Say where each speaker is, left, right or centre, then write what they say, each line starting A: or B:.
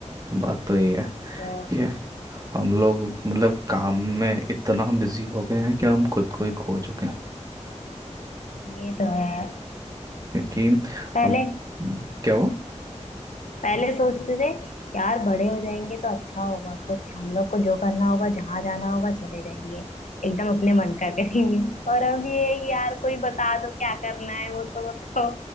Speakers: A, on the right; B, on the left.
A: बात तो यही है
B: वही तो
A: कि हम लोग मतलब काम में इतना बिजी हो गए हैं कि हम खुद को ही खो चुके हैं
B: ये तो है
A: क्योंकि
B: पहले
A: हम क्या वो
B: पहले सोचते थे यार बड़े हो जाएंगे तो अच्छा होगा कुछ हम लोग को जो करना होगा जहां जाना होगा चले जाएंगे एकदम अपने मन का करेंगे और अब ये है कि यार कोई बता दो क्या करना है वो तो बताओ